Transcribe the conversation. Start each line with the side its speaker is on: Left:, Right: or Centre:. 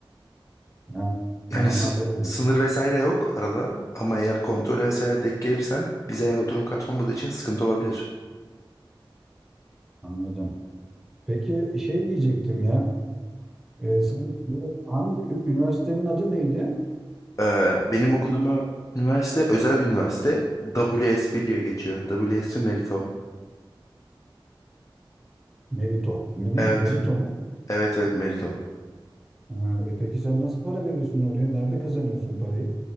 Centre: Ha, tamam
Left: Yani sı-
Centre: ha öyle
Left: sınır
Centre: bir şey.
Left: vesaire yok arada. Ama eğer kontrol vesaire denk gelirsen vize ya da oturum kartı olmadığı için sıkıntı olabilir.
Centre: anladım. Peki şey diyecektim ya. Ee, sen bu hangi ü- üniversitenin adı neydi?
Left: Ee, benim okuduğum üniversite özel bir üniversite. WSP diye geçiyor. WSP Merito.
Centre: Merito. Mi ne?
Left: Evet.
Centre: Merito mu?
Left: Evet evet Merito.
Centre: Ha, e peki sen nasıl para veriyorsun oraya? Nerede kazanıyorsun parayı?